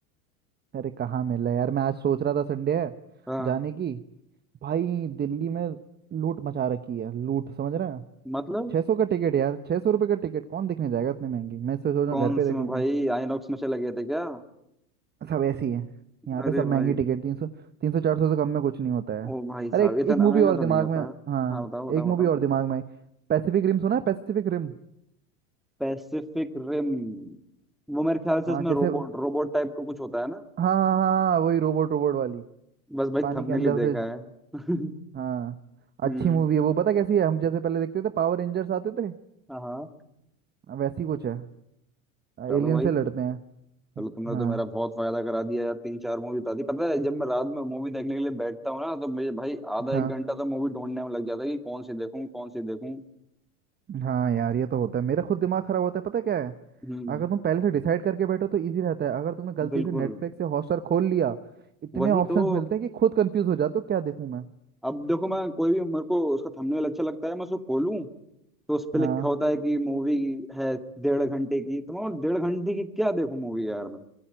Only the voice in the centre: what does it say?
हाँ
मतलब
कौन
से में
भाई आईनॉक्स में चले गए थे क्या
अरे
भाई
ओ भाई
साहब
इतना
महंगा
तो नहीं होता
हाँ बताओ बताओ
बताओ
Pacific rim वो मेरे ख्याल से
इसमें
रोबोट रोबोट टाइप का कुछ होता है ना
बस भाई
थंबनेल
ही देखा
है <laughs>
हम्म
हाँ हाँ
चलो
भाई
चलो तुमने
तो मेरा बहुत फायदा करा दिया यार तीन चार मूवी बता दी पता है जब मैं रात में मूवी देखने के लिए बैठता हूँ ना तो मुझे भाई आधा
एक घंटा तो मूवी ढूंढने में लग जाता है कि कौन सी देखूँ कौन सी देखूँ
हम्म
बिल्कुल
वही
तो
अब देखो मैं कोई भी मेरे को उसका थंबनेल अच्छा लगता है मैं उसको खोलूं तो उस पे
लिखा होता है कि मूवी है डेढ़ घंटे की तो मैं बोला, डेढ़ घंटे की क्या देखूं मूवी यार मैं